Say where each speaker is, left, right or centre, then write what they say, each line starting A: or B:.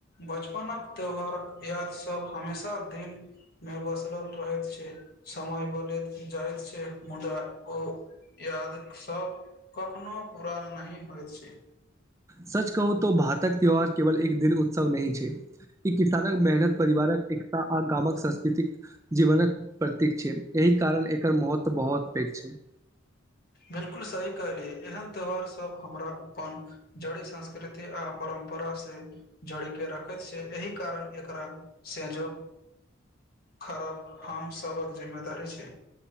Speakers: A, on the left; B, on the right.
A: बचपनक त्यौहारक यादसभ हमेशा दिलमे बसलहु रहैत छै समय बदलैत जाइत छै मुदा ओ यादसभ कखनो पूरा नहि होइत छै
B: सच कहू त भातक त्यौहार केवल एक दिन उत्सव नहि छै किसानक मेहनत परिवारक एकता आ गामक संस्कृतिक जीवनक प्रतीक छै एहि कारण एकर महत्व बहुत पैघ छै
A: बिलकुल सही कहलियै एहन त्योहार सब हमरा अपन जड़ी संस्कृति आ परम्प परा से जोड़ के रखैत छै एहि कारण एकरा सजो खरब हम सभक जिम्मेदारी छी